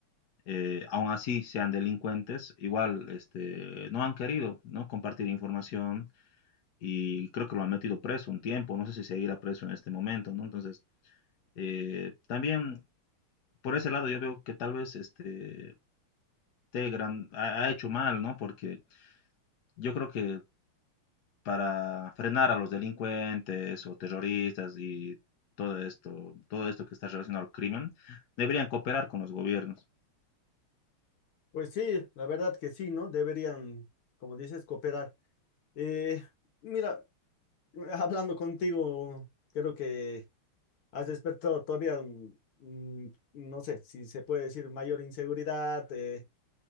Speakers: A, on the left; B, on the left.
A: Eh, aun así sean delincuentes, igual este, no han querido, ¿no? compartir información y creo que lo han metido preso un tiempo, no sé si seguirá preso en este momento, ¿no? Entonces, eh, también por ese lado yo veo que tal vez este, Telegram ha, ha hecho mal, ¿no? Porque yo creo que para frenar a los delincuentes o terroristas y todo esto, todo esto que está relacionado al crimen, deberían cooperar con los gobiernos.
B: Pues sí, la verdad que sí, ¿no? Deberían, como dices, cooperar. Eh, mira, <laughs> hablando contigo, creo que has despertado todavía, mm, mm, no sé si se puede decir mayor inseguridad. eh,